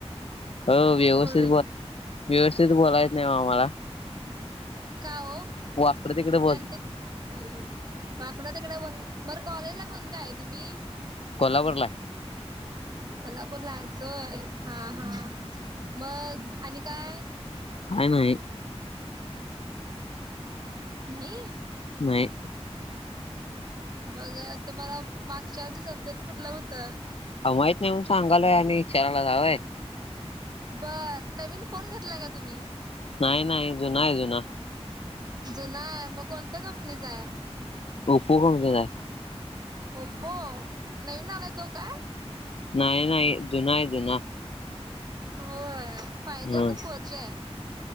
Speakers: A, on the left; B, on the right.
A: हो
B: सोन
A: व्यवस्थित,
B: बोल रे
A: व्यवस्थित बोलाय एत नाही आम्हाला.
B: का हो!
A: वाकडं तिकडे बोल
B: <inaudible> वाकड तिकडं बर कॉलेज ला कोणत्या आहे तुम्ही?
A: कोल्हापूरला आहे.
B: कोल्हापूरला आहेस व्हाय हा हा. मग आणि काय?
A: काय नाही.
B: नाही.
A: नाही.
B: मग तुम्हाला मागच्या वर्षी सब्जेक्ट कुठलं होतं?
A: अहो माहित नाही म्हणून सांगालोय आणि विचारा लागलायसा होय.
B: बर नवीन फोन घेतला का तुम्ही?
A: नाही नाही जुना आहे जुना.
B: जुना आहे मग कोणत्या कंपनीचा आहे?
A: ओपो कंपनीचा आहे.
B: ओप्पो नवीन आलाय तो काय?
A: नाही नाही जुना आहे जुना.
B: होय फाय जी आहे
A: हा
B: का फोर जी आहे?